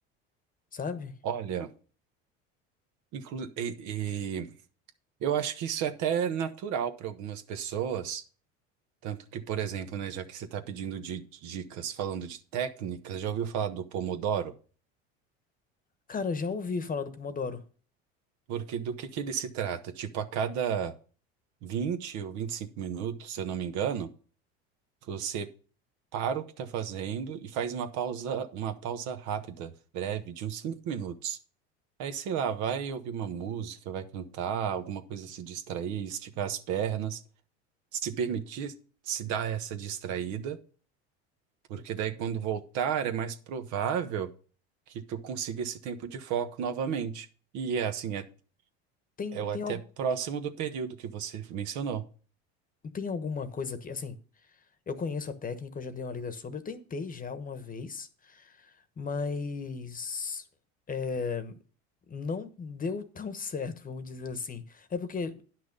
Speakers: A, on the left; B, on the right.
A: sabe?
B: Olha, inclu, e, e eu acho que isso é até natural para algumas pessoas. Tanto que, por exemplo, né, já que você está pedindo di- dicas falando de técnicas, já ouviu falar do Pomodoro?
A: Cara, já ouvi falar do Pomodoro.
B: Porque do que que ele se trata? Tipo, a cada 20 ou 25 minutos, se eu não me engano, você para o que está fazendo e faz uma pausa, uma pausa rápida, breve, de uns 5 minutos. Aí, sei lá, vai ouvir uma música, vai cantar, alguma coisa se distrair, esticar as pernas, se permitir se dar essa distraída, porque daí quando voltar é mais provável que tu consiga esse tempo de foco novamente. E é assim, é,
A: Tem,
B: é até
A: tem, al-
B: próximo do período que você mencionou.
A: tem alguma coisa que, assim, eu conheço a técnica, eu já dei uma lida sobre, eu tentei já uma vez, mas é, não deu tão <laughs> certo, vamos dizer assim. É porque